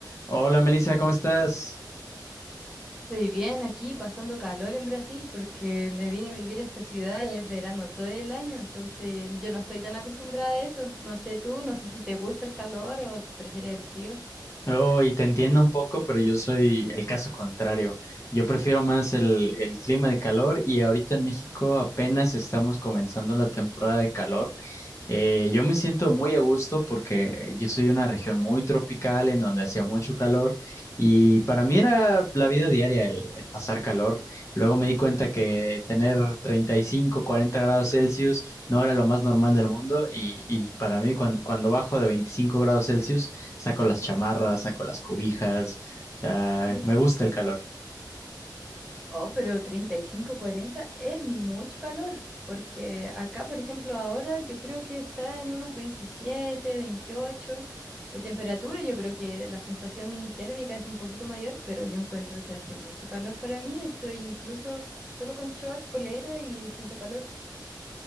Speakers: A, on the left; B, in the centre.
A: Hola Melissa, ¿cómo estás?
B: Estoy bien aquí, pasando calor en Brasil porque me vine a vivir a esta ciudad y es verano todo el año, entonces yo no estoy tan acostumbrada a eso. No sé tú, no sé si te gusta el calor o prefieres el frío.
A: Oh, y te entiendo un poco, pero yo soy el caso contrario. Yo prefiero más el, el clima de calor y ahorita en México apenas estamos comenzando la temporada de calor. Eh, yo me siento muy a gusto porque yo soy de una región muy tropical en donde hacía mucho calor y para mí era la vida diaria el, el pasar calor. Luego me di cuenta que tener 35, 40 grados Celsius no era lo más normal del mundo y, y para mí cuan- cuando, bajo de 25 grados Celsius saco las chamarras, saco las cobijas, o sea,
B: <laughs>
A: me gusta el calor.
B: Oh, pero 35, 40, es mucho calor, porque acá, por ejemplo, ahora yo creo que está en unos 27, 28 de temperatura. Yo creo que la sensación térmica es un poquito mayor, pero yo encuentro que hace mucho calor para mí. Estoy incluso solo con short, polera y siento calor.